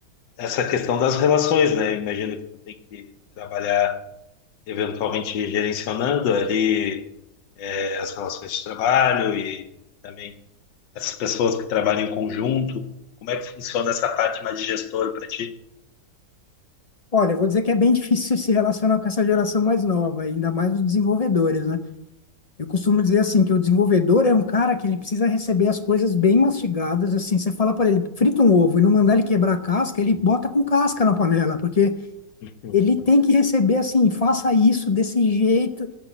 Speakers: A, on the left; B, on the left.
A: essa questão das relações, né? Imagino que tu tem que trabalhar eventualmente gerenciando ali é, as relações de trabalho e também essas pessoas que trabalham em conjunto. Como é que funciona essa parte mais de gestor para ti?
B: Olha, eu vou dizer que é bem <laughs> difícil se relacionar com essa geração mais nova, ainda mais os desenvolvedores, né? Eu costumo dizer assim que o desenvolvedor é um cara que ele precisa receber as coisas bem mastigadas, assim, você falar para ele, frita um ovo e não mandar ele quebrar a casca, ele bota com casca na panela, porque
A: Uhum.
B: ele tem que receber assim, faça isso desse jeito.